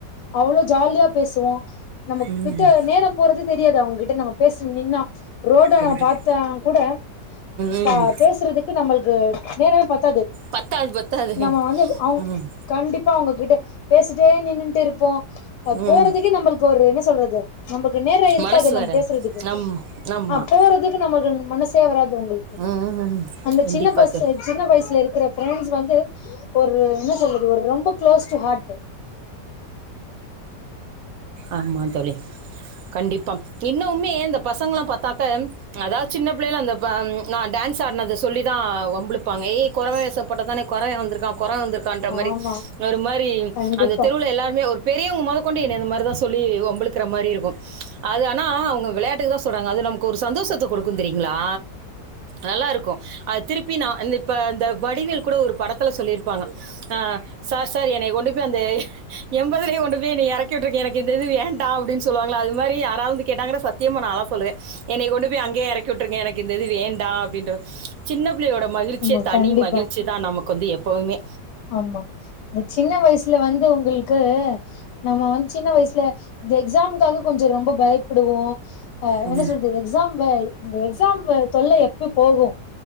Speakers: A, on the left; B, on the right.
A: அவ்ளோ ஜாலியா பேசுவோ நம்ம
B: ம்
A: கிட்ட நேரோ போறதே தெரியாது அவங் கிட்ட நம்ம பேசணு நின்னா ரோட
B: கண்டிப்பாக
A: நம் பாத்த கூட
B: ம்
A: ப பேசுறதுக்கு நம்மளுக் க்க நேரவே பத் த்தாது
B: பத்தாது பத்தாது
A: நம்ம வந்து அவங்
B: ம்
A: கண்டிப்பா அவங்க கிட்ட பேசி ட்டே நின்ட்டு இருப்போ அ
B: ம்
A: போறதுக்கே நம்மளுக்கு ஒரு என்ன சொல்றது ஜ நம்பக்கு நேரொ இருக்காது
B: மனசு
A: நம்ம
B: வராது
A: பேசுறதுக்கு
B: ஆமாம் ஆமாம்
A: ஆ போறதுக்கு நமக்கு மனசே வராது த உங்களுக்கு
B: ம்
A: அந்த
B: கண்டிப்பாக
A: சின்ன பஸ் சின்ன வயசுல இருக் க்கற பிரண்ட்ஸ் வந்து ஒரு என்ன சொல்றது ஒரு ரொம்ப க்ளோஸ் டு ஹார்ட்
B: ஆமா தோழி கண்டிப்பா இன்னோமே இந்த பசங்கல்லா பாத்தாக்க அதாது சின்ன பிள்ளையில அந்த ப நா டான்ஸ் ஆடனது சொல்லிதா வம்புயிழுப்பாங்க ஏ கொறவ வேஷம் போட்டதானே கொறவா வந்திருக்கா கொரவ வந்துருக்கன்ற மாரி
A: ஆமா
B: ஒரு மாரி
A: கண்டிப்பா
B: அந்த தெருவில எல்லாருமே ஒரு பெரியவங்க மொத கொண்டு என்ன இந்த மாரிதா சொல்லி வம்பு இழுப் இருக்கரா மாரி இருக்கு அது ஆனா அவுங்க விளையாட்டுக்கு தா சொல்றாங்க அது நமக்கு ஒரு சந்தோஷத்த குடுக்கும் தெரியங்களா நல்லா இருக்கும் அது திருப்பி ந இப்ப இந்த வடிவேல் கூட ஒரு படத்துல சொல்லிருப்பாங்க சார் சார் என்னைய கொண்டு போய் அந்த எம் போசிலேயே கொண்டு போய் என்ன இறக்கிவிட்ருங்க எனக்கு இந்தது வேண்டா அப்பிடின்னு சொல்லுவாங்கள அது மாரி யாரா வந்து கேட்டாங்கனா சத்தியமா நால்லா சொல்லுவே என்ன கொண்டு போய் அங்கே இறக்கி விட்டுருங்க எனக்குஇந்தது வேண்டா அப்பிடின்ரு சின்ன ப்ழியோட மகிழ்ச்சியே
A: ஆமா
B: தனி
A: கண்டிப்பா
B: மகிழ்ச்சிதா நமக் கொஞ்ச எப்பவுமே
A: ஆமா இந்த சின்ன வயசுல வந்து உங்களுக்கு உஹ <inaudible> நம்ம வந்து சின்ன வயசுல இந்த எக்ஸாம்காக கொஞ்ச ரொம்ப பயப்படுவோ ஆ
B: ம்,
A: என்ன சொல்து எக்ஸாம் வ இந்த எக்ஸாம்வ தொல்லை எப் க்கு போகும்